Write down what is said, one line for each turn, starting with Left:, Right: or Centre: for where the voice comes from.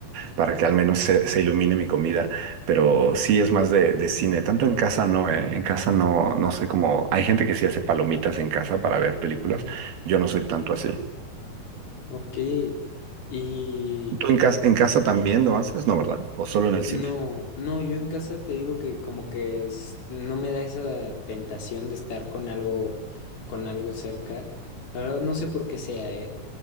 Right: para que al menos se, se ilumine mi comida, pero sí es más de, de cine, tanto en casa no, ¿eh? En casa no, no sé cómo. hay gente que sí hace palomitas en casa para ver películas, yo no soy tanto así.
Left: Ok. ¿Y
Right: ¿Tú en casa, en casa también lo haces? No, ¿verdad? ¿O solo en el
Left: No,
Right: cine?
Left: no, yo en casa te digo que como que es- no me da esa tentación de estar con algo, con algo cerca. La verdad no sé por qué sea, ¿eh?